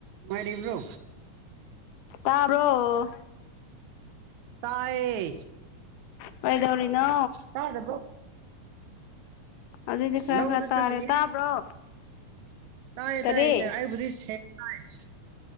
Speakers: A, on the right; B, on the left.
A: ꯅꯨꯉꯥꯏꯔꯤꯕ꯭ꯔꯣ
B: ꯇꯥꯕ꯭ꯔꯣ
A: ꯇꯥꯏꯌꯦ
B: ꯀꯩꯗꯧꯔꯤꯅꯣ
A: ꯇꯥꯗꯕ꯭ꯔꯣ
B: ꯍꯧꯖꯤꯛꯇꯤ ꯈꯔ
A: ꯂꯧꯗ
B: ꯈꯔ ꯇꯥꯔꯦ
A: ꯆꯠꯂꯤꯌꯦ
B: ꯇꯥꯕ꯭ꯔꯣ
A: ꯇꯥꯏꯌꯦ
B: ꯀꯔꯤ
A: ꯇꯥꯏꯌꯦ ꯇꯥꯏ ꯑꯩꯕꯨꯗꯤ ꯁꯦꯡꯅ ꯇꯥꯏ